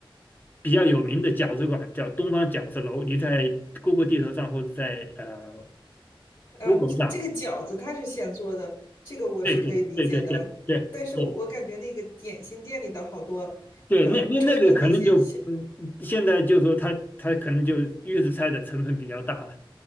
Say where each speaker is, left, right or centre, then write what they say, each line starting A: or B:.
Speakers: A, on the left (about 20°); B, on the left (about 60°).
A: 比较有名的饺子馆，叫东方饺子楼，你在 Google 地图上或者在呃
B: 呃，
A: Google 上，
B: 这个饺子它是现做的，这个我是可以理解的。
A: 对对对对对对。
B: 但是我我感觉那个点心店里的好多，
A: 对对，
B: 呃，
A: 那那那个可能就，
B: 蒸的那些小
A: 嗯，现在就说它它可能就预制菜的成分比较大了，